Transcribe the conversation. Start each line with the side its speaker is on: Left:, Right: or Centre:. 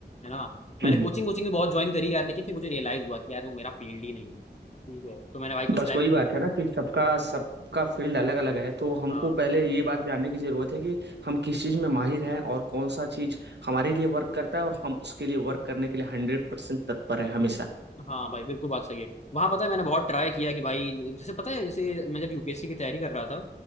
Left: है ना मैंने
Right: हम्म, हम्म।
Left: कोचिंग कोचिंग भी बहुत ज्वाइन करी यार लेकिन फिर मुझे रियलाइज हुआ कि यार वो मेरा फील्ड ही नहीं है ठीक है तो मैंने भाई कुछ
Right: बस
Left: टाइम
Right: वही
Left: पे
Right: बात है ना कि सबका सबका फील्ड अलग अलग है तो हमको
Left: हाँ
Right: पहले ये बात जानने की जरूरत है कि हम किस चीज में माहिर हैं और कौन सा चीज हमारे लिए वर्क करता है और हम उसके लिए वर्क करने के लिए हंड्रेड परसेंट तत्पर है हमेशा
Left: हाँ भाई बिल्कुल बात सही है वहां पता है मैंने बहुत ट्राई किया कि भाई जैसे पता है जैसे मैं जब यूपीएससी की तैयारी कर रहा था